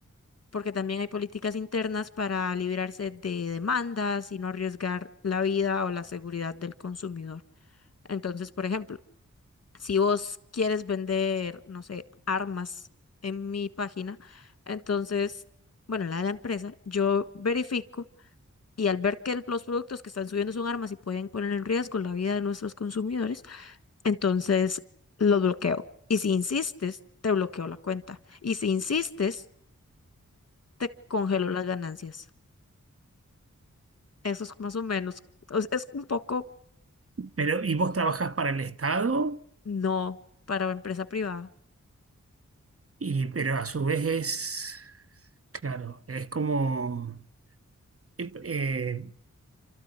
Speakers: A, on the left; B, on the right.
A: porque también hay políticas internas para librarse de demandas y no arriesgar la vida o la seguridad del consumidor. Entonces, por ejemplo, si vos quieres vender, no sé, armas en mi página, entonces, bueno, la de la empresa, yo verifico y al ver que el- los productos que están subiendo son armas y pueden poner en riesgo la vida de nuestros consumidores, entonces los bloqueo. Y si insistes, te bloqueo la cuenta. Y si insistes, te congelo las ganancias. Eso es más o menos, o es un poco
B: Pero, ¿y vos trabajás para el Estado?
A: no para empresa privada.
B: Y, pero a su vez es, claro, es como, eh, eh,